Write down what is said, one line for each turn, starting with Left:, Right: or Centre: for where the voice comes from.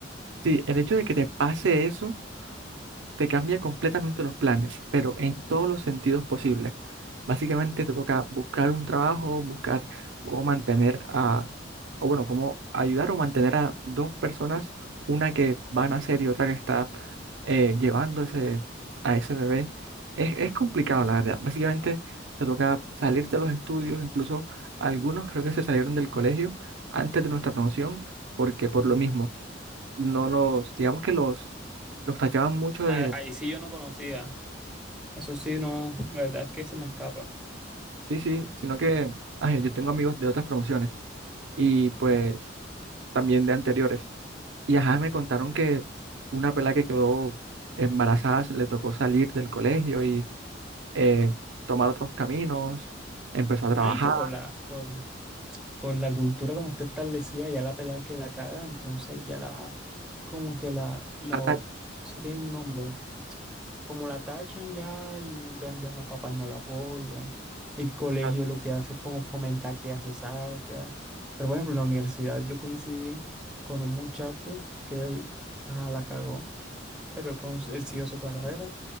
Right: sí, el hecho de que te pase eso te cambia completamente los planes, pero en todos los sentidos posibles. Básicamente te toca buscar un trabajo, buscar cómo mantener a, o bueno, cómo ayudar o mantener a dos personas, una que va a nacer y otra que está eh, llevando ese, a ese bebé. Es, es complicado, la verdad. Básicamente te toca salir de los estudios, incluso algunos creo que se salieron del colegio antes de nuestra promoción, porque por lo mismo, no los, digamos que los los tachaban mucho de,
Centre: Ah, ahí sí yo no conocía. Eso sí, no, la verdad es que se me escapa.
Right: Sí, sí, sino que ay, yo tengo amigos de otras promociones y pues también de anteriores. Y ajá, me contaron que una pela que quedó embarazada se le tocó salir del colegio y eh, tomar otros caminos, empezó a trabajar,
Centre: No, y que por la, por, por la cultura como está establecida, ya la pelada que la caga, entonces ya la, como que la, la,
Right: ta, ta,
Centre: eso tiene un nombre, como la tachan ya y no- entonces ya los papás no la apoyan, el colegio
Right: ta,
Centre: lo que hace es como fomentar que hace saca, pero por ejemplo en la universidad yo coincidí con un muchacho que él, ajá, la cagó, pero él, cons- él siguió su carrera,